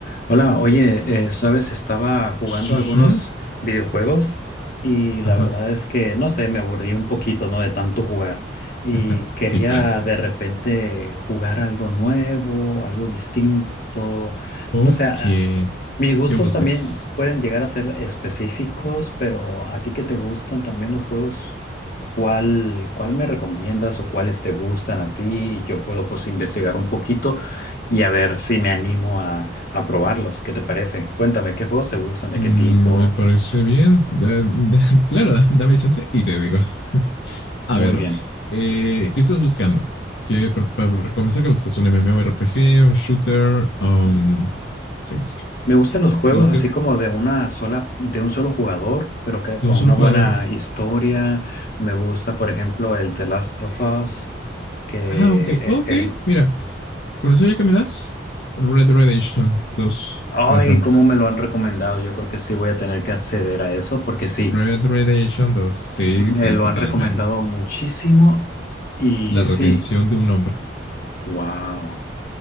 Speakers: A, on the left; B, on the left.
A: Hola, oye, eh, sabes, estaba jugando
B: Sí,
A: algunos
B: sí.
A: videojuegos y la
B: Ajá.
A: verdad es que, no sé, me aburrí un poquito, ¿no? De tanto jugar y
B: <laughs>
A: quería
B: Sí pasa.
A: de repente jugar algo nuevo, algo distinto,
B: Ok.
A: no sé, a- mis gustos
B: ¿Qué buscas?
A: también pueden llegar a ser específicos, pero a ti que te gustan también los juegos ¿Cuál, cuál me recomiendas o cuáles te gustan a ti? Yo puedo pues investigar un poquito y a ver si me animo a, a probarlos. ¿Qué te parece? Cuéntame, ¿qué juegos te gustan? ¿De
B: Mm,
A: qué tipo?
B: me parece bien. Da- da- <laughs> claro, da- dame chance y te digo. A
A: Muy
B: ver,
A: bien.
B: eh, ¿qué estás buscando? ¿Qué, pa- pa- para comenzar, ¿qué buscas? ¿Un MMORPG, un shooter? Um, ¿qué buscas?
A: Me gustan los juegos
B: ¿Te buscas
A: así como de una sola, de un solo jugador, pero que
B: de
A: con
B: un solo
A: una buena
B: jugador?
A: historia. Me gusta, por ejemplo, el The Last of Us, que
B: Ah, ok, ok.
A: eh, el...
B: Mira, con eso ya que me das, Red Redemption dos,
A: Ay,
B: por ejemplo.
A: cómo me lo han recomendado. Yo creo que sí voy a tener que acceder a eso porque sí.
B: Red Redemption dos, Sí,
A: Me
B: sí,
A: lo
B: totalmente.
A: han recomendado muchísimo y
B: la retención
A: sí,
B: de un hombre.
A: wow.